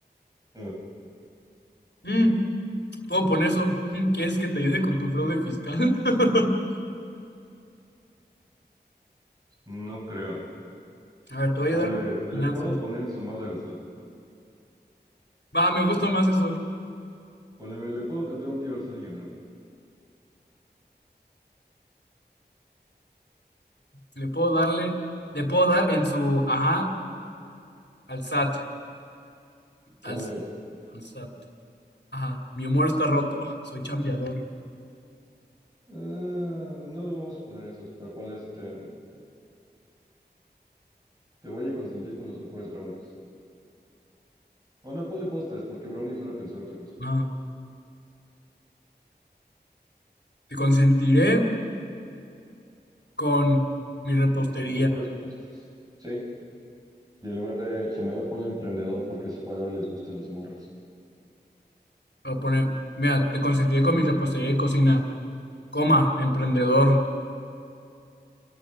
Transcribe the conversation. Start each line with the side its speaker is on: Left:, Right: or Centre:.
Right: Eh,
Left: Mm, puedo poner eso. Mm, ¿Quieres que te ayude con tu fraude fiscal? <laughs>
Right: no creo.
Left: A ver, te voy
Right: Ponle,
Left: a ayudar con tus
Right: le
Left: finanzas.
Right: puedo poner en su madre al SAT.
Left: Va, me gusta más eso.
Right: Ponle, le puedo cantar un tío al SAT y ganarle.
Left: Le puedo darle, le puedo dar en su ajá al SAT.
Right: Ponle,
Left: Al, al SAT. Ajá. Mi humor está roto. <laughs> Soy chambeador.
Right: "Ah, no le vamos a poner esos, pero ponle este, te voy a consentir con los mejores brownies. O no, ponle postres, porque brownies van a pensar otra cosa.
Left: Ajá. Te consentiré con mi repostería.
Right: Los mejores postres. Sí. Y en lugar de chambeador, ponle emprendedor porque esa palabra les gusta a las morras.
Left: Voy a poner, mira, te consentiré con mi repostería de cocina. Coma, emprendedor.